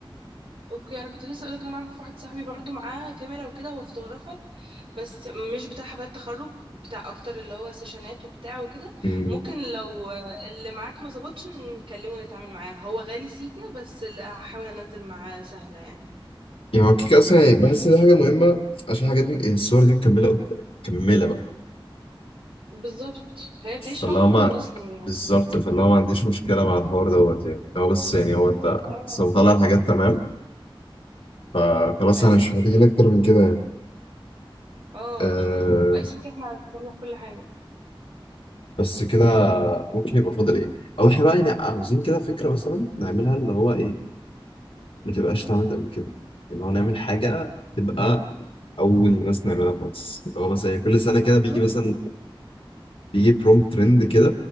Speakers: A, on the right; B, on the left.
A: اوكي انا كنت لسه اقولك ان انا اعرف واحد صاحبي برضو معاه كاميرا وكده هو فوتوغرافر بس مش بتاع حفلات تخرج بتاع اكتر اللي هو سيشنات وبتاع وكده
B: أمم.
A: ممكن لو اللي معاك ما ظبطش نكلمه ونتعامل معاه هو غالي سيكا بس اللي هحاول انزل معاه سهلة يعني
B: يعني هو كده كده اصلا يعني بحس دي حاجه مهمه عشان الحاجات دي يعني الصور دي مكمله قدام- مكمله بقى
A: بالظبط هي بتعيش
B: فاللي
A: العمر
B: هو
A: كله
B: ما
A: اصلا يعني
B: بالظبط فاللي هو ما عنديش مشكله مع الحوار دوت يعني هو بس يعني هو انت
A: اه
B: بس لو طلع الحاجات تمام فخلاص
A: ايوه
B: انا مش محتاجين اكتر من كده يعني
A: اه
B: آه،
A: يعني I think احنا هنعمل كل حاجة
B: بس كده ممكن يبقى فاضل ايه او احنا بقى يعني عاوزين كده فكره مثلا نعملها اللي هو ايه ما تبقاش اتعملت قبل كده اللي هو نعمل حاجه تبقى اول ناس نعملها خالص اللي هو مثلا يعني كل سنه كده بيجي
A: ممكن
B: مثلا بيجي بروم ترند كده